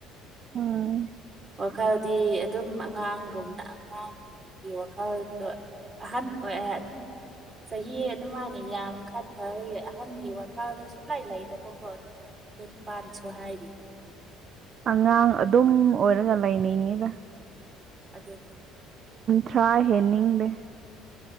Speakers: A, on the right (about 50°); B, on the right (about 30°).
A: <unintelligible>
B: ꯋꯥꯈꯜꯗꯤ ꯑꯗꯨꯝ ꯑꯉꯥꯡꯒꯨꯝꯅ ꯑꯉꯥꯡ ꯒꯤ ꯋꯥꯈꯜꯗꯣ ꯑꯍꯟ ꯑꯣꯏ ꯑ <inaudible> ꯆꯍꯤ ꯑꯗꯨꯝ ꯃꯥ ꯅꯤ ꯌꯥꯝ ꯈꯠ ꯈ꯭ꯔꯕꯩ ꯑꯍꯟꯒꯤ ꯋꯥ ꯈꯜ ꯁꯨꯛꯂꯩ ꯂꯩꯇꯕꯀꯣ ꯌꯨꯝ ꯄꯥꯟꯁꯨ ꯍꯥꯏꯔꯤ꯫
A: ꯑꯉꯥꯡ ꯑꯗꯨꯝ ꯑꯣꯏꯔꯒ ꯂꯩꯅꯤꯡꯉꯤꯗ꯫
B: ꯑꯗꯨ
A: ꯊ꯭ꯔꯥ ꯍꯦꯟꯅꯤꯡꯗꯦ